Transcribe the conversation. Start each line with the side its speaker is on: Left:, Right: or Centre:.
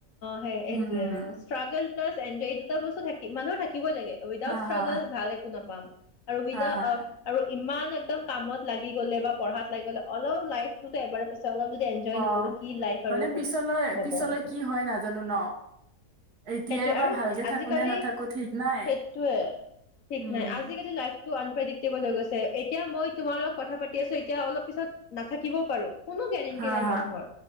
Left: সেএইটোৱে
Right: উম
Left: অ ষ্ট্ৰাগল। এনজয় এই দুটা বস্তু থাক মানুহ থাকে। থাকিবই লাগে উইডাওদ
Right: হা
Left: ষ্টাগোল
Right: হা
Left: ভাল একো নাপাম আৰু উইডাওদ
Right: হা হা
Left: আৰু ইমান। কিন্তু একদম কামত লাগি গলে বা পঢ়াত লাগি গলে অলপ লাইফটোতো এবাৰে। পিছে অলপ যদি এনজয় নকৰো।
Right: অ'
Left: কি লাইফ
Right: মানে
Left: আৰু ক
Right: পিছলৈ-পিছলৈ
Left: হ'ব এইটো
Right: কি হয় নাজানো ন? এতিয়াই
Left: সেইটোৱে
Right: বা
Left: আৰু
Right: ভালকে থাকো
Left: আজিকালি
Right: নে নাথাকো ঠিক নাই
Left: সেইটোৱে ঠিক
Right: উম
Left: নাই। আজিকালি লাইফ। টো আনপ্ৰেডিক্টেবল হৈ গৈছে। এতিয়া মই তোমাৰ লগত কথা পাতি আছোঁ। এতিয়া অলপ পিছত নাথাকিবও পাৰোঁ। কোনো গেৰেণ্টি
Right: হা
Left: নাই
Right: হা
Left: মানুহৰ।